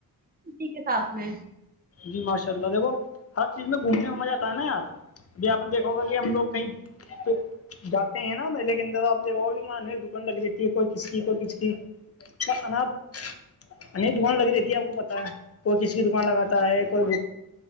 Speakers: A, on the right; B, on the left.
A: اسی کے ساتھ میں
B: جی ماشاء اللہ دیکھو ہر چیز میں گھومنے میں ماجہ آتا ہے نا یار جی آپ نے دیکھا ہوگا کی ہم لوگ کہیں تو جاتے ہیں نا میلے کے اندر آپ دیکوگے وہا نئی دکان لگ دیتی ہے کوئی کس کی کوئی کس کی تو انپ انیک دکان لگی رہتی ہے آپ کو پتا ہے کوئی کس کی دکان لگاتی تا ہے کوئی